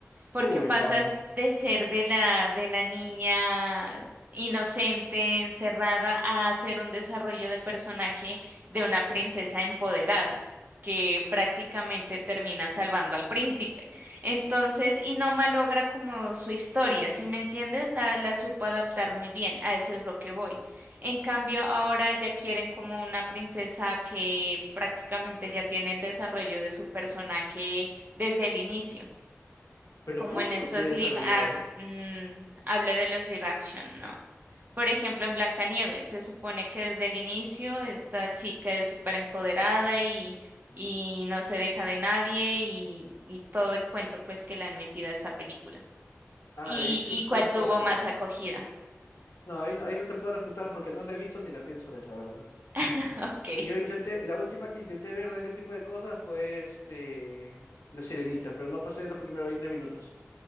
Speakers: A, on the right (about 40°); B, on the left (about 85°).
A: porque
B: Uy,
A: pasas
B: la amo.
A: de ser de la, de la niña inocente, encerrada, a hacer un desarrollo de personaje de una princesa empoderada. que prácticamente termina salvando al príncipe. Entonces, y no malogra como su historia, si me entiendes, la, la supo adaptar muy bien, a eso es lo que voy. En cambio, ahora ya quieren como una princesa que prácticamente ya tiene el desarrollo de su personaje desde el inicio
B: Pero
A: como
B: Frozen
A: en estos
B: lo tiene desarrollado.
A: live, a- mm, hablo de los live action, ¿no? Por ejemplo, en Blancanieves, se supone que desde el inicio esta chica es súper empoderada y, y no se deja de nadie y, y todo el cuento pues que le han metido a esta película.
B: Ah,
A: ¿Y,
B: ahí sí
A: y
B: no,
A: cuál
B: no te puedo
A: tuvo
B: refutar.
A: más acogida?
B: No ahí, no, ahí no te puedo refutar porque no la he visto ni la pienso ver, la verdad.
A: <laughs> Ok,
B: Y yo intenté, la última que intenté ver de ese tipo de cosas fue este, La Sirenita, pero no pasé de los primeros veinte minutos.